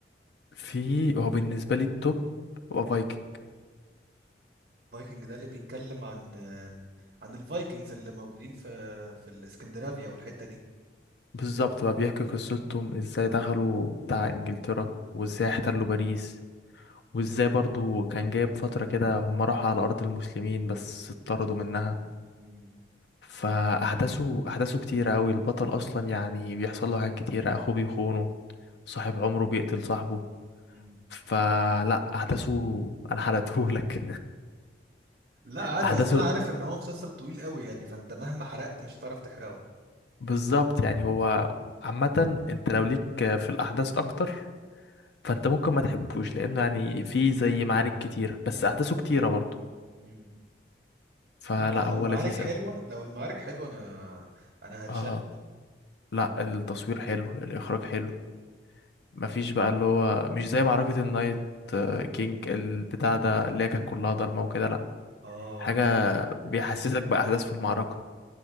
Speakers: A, on the left; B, on the right.
A: في هو بالنسبه لي التوب هو فايكنج
B: فايكنج ده اللي بيتكلم عن عن الفايكنجز اللي موجودين في في الاسكندنافيا والحتة دي
A: بالظبط بقى بيحكي قصتهم ازاي دخلوا بتاع انجلترا وازاي احتلوا باريس وازاي برضو كان جايب فتره كده هم راحوا على ارض المسلمين بس اتطردوا منها
B: مم.
A: فاحداثه احداثه كتيره قوي البطل اصلا يعني بيحصل له حاجات كتيره اخوه بيخونه صاحب عمره بيقتل صاحبه
B: مم.
A: فلا احداثه انا حرقتهولك
B: لا عادي
A: <laughs> احداثه
B: اصل انا عارف ان هو مسلسل طويل قوي يعني فانت مهما حرقت مش هتعرف تحرقه
A: بالظبط يعني هو عامة انت لو ليك في الأحداث أكتر فانت ممكن ما تحبوش لأنه يعني فيه زي معارك كتيرة بس أحداثه كتيرة برضه
B: مم.
A: فلا
B: لا لو
A: هو
B: المعارك
A: لذيذ
B: حلوة
A: أوي
B: لو المعارك حلوة انا انا هتشد
A: اه لا التصوير حلو الإخراج حلو مفيش بقى اللي هو مش زي معركة النايت آه، كينج البتاع ده اللي هي كانت كلها ضلمة وكده لا
B: اه
A: حاجة بيحسسك بأحداث في المعركة